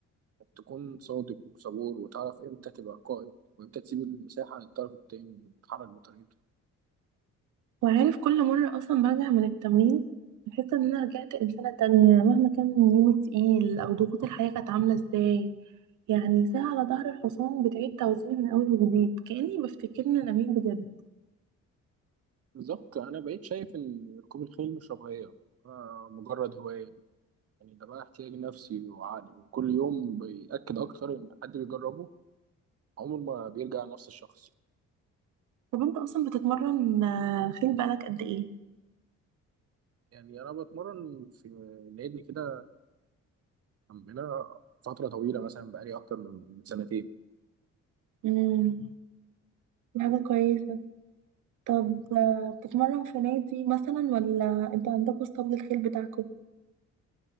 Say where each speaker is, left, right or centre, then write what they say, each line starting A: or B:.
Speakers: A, on the right; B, on the right.
A: إنك تكون صادق وصبور وتعرف إمتى تبقى قائد وإمتى تسيب المساحة للطرف التاني يتحرك بطريقته
B: وعارف كل مرة أصلا برجع من التمرين بحس إن أنا رجعت إنسانة تانية مهما كان يومي تقيل أو ضغوط الحياة كانت عاملة إزاي يعني ساعة على ظهر الحصان بتعيد توزيني من أول وجديد كأني بفتكرني أنا مين بجد
A: بالظبت أنا بقيت شايف إن ركوب الخيل مش رفاهية آه، مجرد هواية يعني ده بقى احتياج نفسي وعقلي وكل يوم بيأكد أكتر إن حد بيجربه عمره ما بيرجع نفس الشخص
B: طب أنت أصلا بتتمرن آه، خيل بقالك قد إيه؟
A: يعني أنا بتمرن في نادي كده عندنا فترة طويلة مثلا بقالي أكتر من سنتين
B: مم، دي حاجة كويسة طب آه، بتتمرن في نادي مثلا ولا أنتوا عندكوا اسطبل الخيل بتاعكوا؟